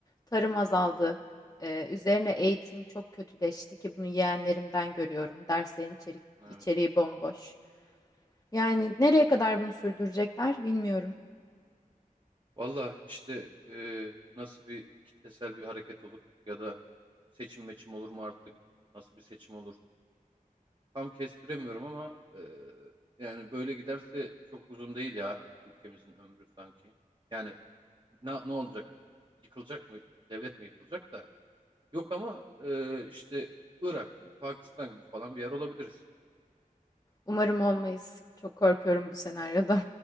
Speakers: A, on the left; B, on the right.
A: Tarım azaldı. e, üzerine eğitim çok kötüleşti ki bunu yeğenlerimden görüyorum. Derslerin içerik,
B: Evet.
A: içeriği bomboş. Yani nereye kadar bunu sürdürecekler bilmiyorum.
B: Valla işte e, nasıl bir kitlesel bir hareket olur ya da seçim meçim olur mu artık? Nasıl bir seçim olur? Tam kestiremiyorum ama e, yani böyle giderse çok uzun değil ya ülkemizin ömrü sanki. Yani ne, ne olacak? Yıkılacak mı? Devlet mi yıkılacak da? Yok ama e, işte Irak gibi, Pakistan gibi falan bir yer olabiliriz.
A: Umarım olmayız. Çok korkuyorum bu senaryoda.